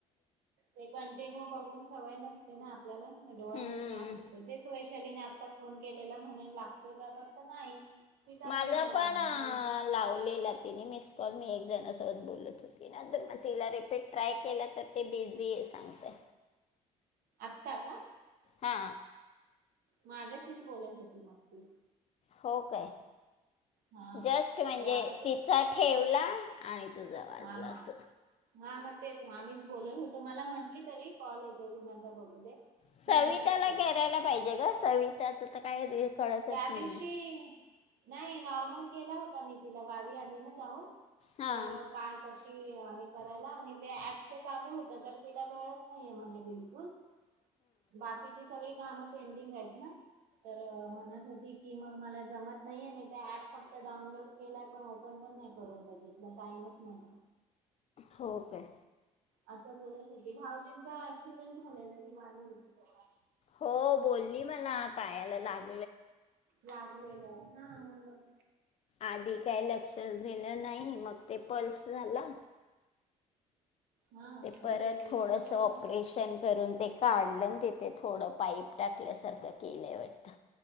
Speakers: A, on the right; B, on the left.
A: ते कंटिन्यू बघून सवय नसते ना.? आपल्याला डोळ्यांना
B: हम्म.
A: त्रास होतो तेच वैशालीने आता फोन केलेला म्हणे लागतोय का बघ. तर नाही. तिचा
B: मला
A: नाही
B: पण
A: लागत म्हणे
B: लावलेला तिने मिस कॉल मी एकजणसोबत बोलत होते ना, नंतर मग तिला रिपीट ट्राय केला तर. ते बिझी आहे सांगतय.?
A: आता का.?
B: हा.
A: माझ्याशीच बोलत होती मग ती.
B: हो काय
A: हा
B: जस्ट म्हणजे
A: तर आता ती
B: तिचा ठेवला. आणि तुझा वाजला
A: हा.
B: असं
A: हा. हा मग तेच. आम्हीच बोलत होतो. मला म्हटली तरी कॉल येतो कुणाचा बघू दे.
B: सविताला
A: मग मी कट केला
B: करायला पाहिजे ग. सविताचं तर काय रे. कळतच
A: त्या
B: नाही
A: दिवशी
B: आहे
A: नाही नॉर्मल केला होता मी तिला. गावी आली ना जाऊन.
B: हां
A: तर काय करशी करायला, आणि ते ऍपच चालू होत. तर तिला वेळच नाहीे म्हणे बिलकुल. बाकीची सगळी कामं पेंडिंग आहेत ना. तर म्हणत होती की मला जमत नाही. मी तो ऍप फक्त डाउनलोड केला. ओपन पण नाही करून बघितला टाइमच नाही.
B: हो काय.
A: असं बोलत होती. भाऊजींचा ऍक्सिडेंट झाला ना. दिवाळी मध्ये कवा.
B: हो बोलली मला पायाला लागल.
A: लागलय पायाला हा मग.
B: आधी काही लक्ष दिेलं नाही. मग ते पल्स झाला.
A: हा आणि
B: ते परत थोडस
A: छोटासा
B: ऑपरेशन करून. ते काढलं तिथे थोडं पाईप टाकल्यासारखं केलंय वाटत.